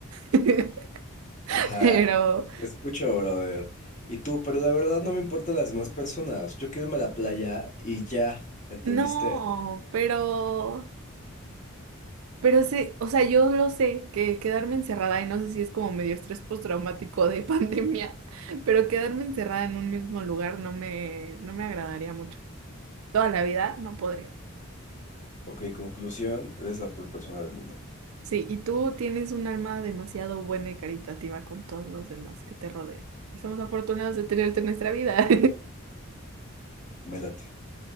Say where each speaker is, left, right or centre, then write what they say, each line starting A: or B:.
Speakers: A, on the right (about 75°); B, on the left (about 35°).
A: <laughs>
B: Ajá.
A: Pero...
B: Te escucho, brother. Y tú, pero la verdad no me importan las demás personas. Yo quiero irme a la playa y ya, ¿entendiste?
A: No, pero, pero sí, o sea, yo lo sé, que quedarme encerrada, y no sé si es como medio estrés postraumático de <laughs> pandemia, pero quedarme encerrada en un mismo lugar no me, no me agradaría mucho. Toda la vida no podría.
B: Ok, conclusión, eres la peor persona del mundo.
A: Sí, y tú tienes un alma demasiado buena y caritativa con todos los demás que te rodean. Y somos afortunados de tenerte en nuestra vida.
B: Mélate.